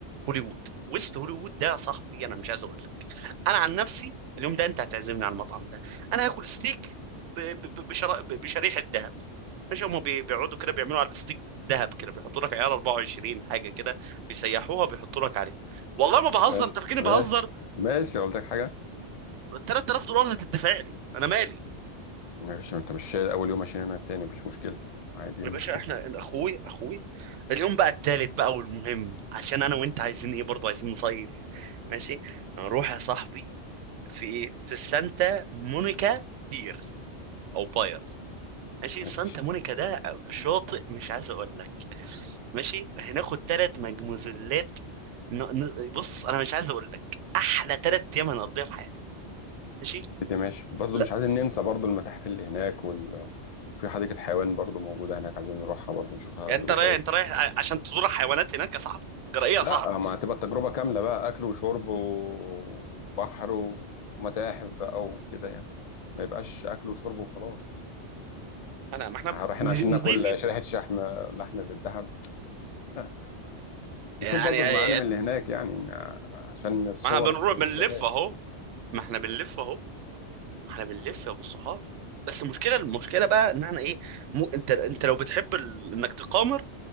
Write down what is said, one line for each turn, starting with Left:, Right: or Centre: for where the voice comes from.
Right: هوليوود ويست هوليوود ده يا صاحبي انا مش عايز اقول لك انا عن نفسي اليوم ده انت هتعزمني على المطعم ده انا هاكل ستيك ب- ب- ب- بشرا- ب- بشريحه ذهب مش هما بي- بيقعدوا كده بيعملوا على الستيك الذهب كده بيحطوا لك عيار 24 حاجه كده بيسيحوها بيحطوا لك عليه والله ما بهزر
Left: ماشي
Right: انت فاكرني
Left: ماشي
Right: بهزر
Left: ماشي قلت لك حاجة
Right: 3000 دولار هتدفع لي انا مالي
Left: ماشي انت مش شايل اول يوم عشان انا التاني مفيش مشكلة عادي إيه
Right: يا
Left: المشكلة
Right: باشا احنا اخوي اخوي اليوم بقى التالت بقى والمهم عشان انا وانت عايزين ايه برضه عايزين نصيف ماشي هنروح يا صاحبي في ايه في السانتا مونيكا بير او باير ماشي
Left: ماشي
Right: سانتا مونيكا ده شاطئ مش عايز اقول لك ماشي هناخد ثلاث مجموزلات ن... ن... بص انا مش عايز اقول لك احلى ثلاث ايام هنقضيها في حياتي ماشي
Left: انت ماشي برضه
Right: لا
Left: مش عايزين ننسى برضه المتاحف اللي هناك وال... في حديقة حيوان برضه موجودة هناك عايزين نروحها برضه نشوفها
Right: يعني
Left: ظروفها
Right: انت رايح
Left: ايه
Right: انت رايح ع- عشان تزور حيوانات هناك يا صاحبي ترى ايه يا
Left: لا
Right: صاحبي
Left: ما هتبقى التجربة كاملة بقى أكل وشرب و- وبحر و... ومتاحف بقى وكده يعني ما يبقاش أكل وشرب وخلاص يعني
Right: انا ما احنا
Left: رايحين
Right: ن-
Left: عشان ناكل
Right: نضيف
Left: شريحة شحم لحم بالذهب لا نشوف
Right: يعني
Left: برضه
Right: يعني،
Left: المعالم اللي هناك يعني ن- عشان الصور
Right: ما احنا بنروح
Left: إثباتات
Right: بنلف اهو ما احنا بنلف اهو ما احنا بنلف يا ابو الصحاب بس المشكله المشكله بقى ان احنا ايه مو انت انت لو بتحب ال... انك تقامر